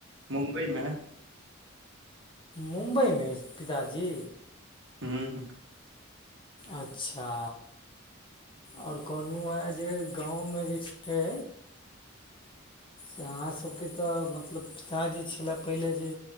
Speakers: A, on the right (about 60°); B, on the left (about 25°).
A: मुम्बई मे
B: मुम्बइ मे अछी पिताजी
A: हम्म हूम
B: अच्छा आ ओर कहलहुँ हेँ जे गाँव मे जे छै अहाँ सभ के त मतलब पिताजी छलए पहिले जे